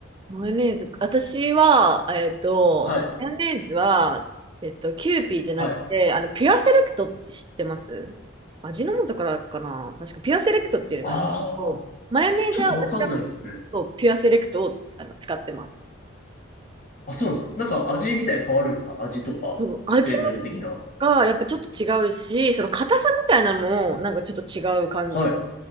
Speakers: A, on the right; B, on the left.
A: マヨネーズ、私は、えっと、
B: はい。
A: マヨネーズは、えっと、キューピーじゃなくて、
B: はい。
A: あの、ピュアセレクトって知ってます味の素からかな確かピュアセレクトっていうのがあるんですけど、
B: あー、
A: マヨネーズは私だ
B: ちょっとわかんないですね
A: とピュアセレクトをあの使ってます。
B: あ、そうなんですか。なんか味みたいに変わるんですか味とか、
A: そう味
B: 成分的な。
A: がやっぱちょっと違うし、その硬さみたいなのもなんかちょっと違う感じ。
B: は